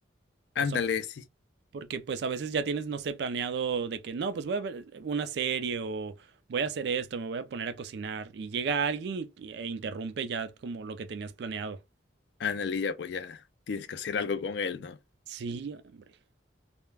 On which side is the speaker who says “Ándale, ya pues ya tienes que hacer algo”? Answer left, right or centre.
Left